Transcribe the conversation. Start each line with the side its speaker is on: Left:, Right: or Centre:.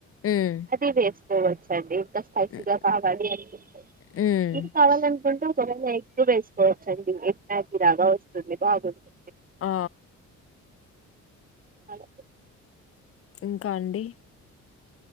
Left: హ్మ్.
Right: అది వేసుకోవచ్చండి స్పైసిగా
Left: హ్మ్.
Right: కావాలి అనిపిస్తది
Left: హ్మ్.
Right: కావాల అకుంటు చ ఎక్తు వేసుకోవచ్చండి ఎకి లాగా వస్తుంది బాగుంది
Left: ఆ
Right: అలా
Left: ఇంకా అండి